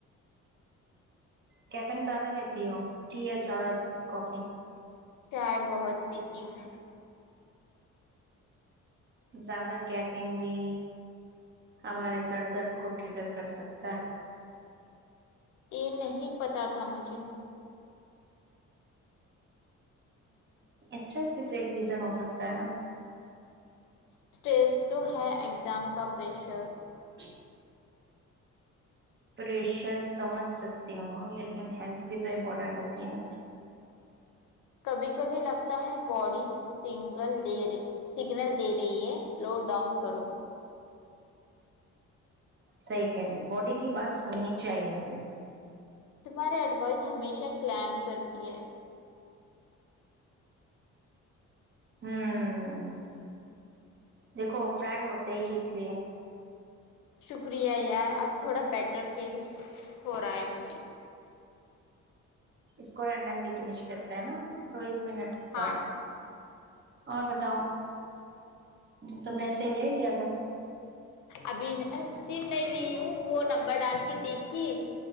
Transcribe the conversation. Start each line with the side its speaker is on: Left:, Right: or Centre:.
Right: کیفین زیادہ لیتی ہو ٹی یا چاے کافی
Left: چائے بہت پیتی ہوں
Right: زیادہ کیفن بھی ہمارے سر درد کو ٹرگر کر سکتا ہے
Left: یہ نہیں پتہ تھا مجھے
Right: سٹریس بھی تو ایک ریزن ہو سکتا ہے نا
Left: اسٹیج تو ہے اگزام کا پریشر
Right: ج پریشر سمجھ سکتی ہوں لیکن ہیلتھ بھی تو امپورٹینٹ ہوتی ہے نا
Left: کبھی کبھی لگتا ہے باڈیز سنگل دےرے سگنل دے رہی ہے سلو ڈاؤن کرو
Right: صحیح کہہ رہی باڈی کی بات سننی چاہیے نا
Left: تمہاریے ایڈوائس ہمیشہ کلیم کرتی ہے
Right: ہمم دیکھو فرینڈ ہوتے ہی اس لیے
Left: شکریہ یار اب تھوڑا بیٹر فیل ہو رہا ہے مجھے
Right: اس کو رینڈملی فش کرتا ہے نا دو ایک منٹ
Left: ہاں
Right: اور بتاؤ تم نے سم لے لیا تھا
Left: ابھی سم نہیں لی ہوں وہ نمبر ڈال کے دیکھیے